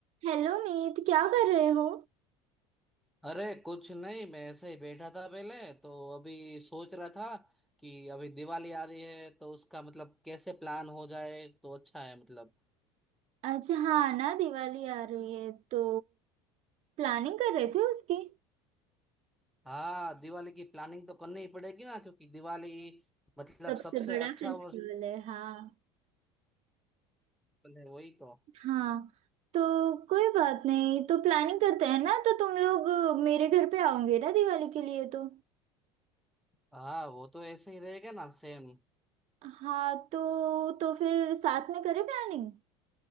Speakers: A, on the right; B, in the centre.
A: Hello Meet क्या कर रहे हो
B: अरे कुछ नहीं मैं ऐसे ही बैठा था पहले तो अभी सोच रहा था कि अभी दिवाली आ रही है तो उसका मतलब कैसे प्लान हो जाए तो अच्छा है मतलब
A: अच्छा हाँ ना दिवाली आ रही है तो प्लानिंग कर रहे थे उसकी
B: हाँ दिवाली की प्लानिंग तो करनी ही पड़ेगी ना क्योंकि दिवाली मतलब
A: सबसे
B: सबसे
A: बड़ा
B: अच्छा
A: फेस्टिवल
B: और
A: है हाँ
B: है वही तो
A: हाँ तो कोई बात नहीं तो प्लानिंग करते हैं ना तो तुम लोग अ, मेरे घर पे आओगे ना दिवाली के लिए तो
B: हाँ वो तो ऐसे ही रहेगा ना सेम
A: हाँ तो तो फिर साथ में करें प्लानिंग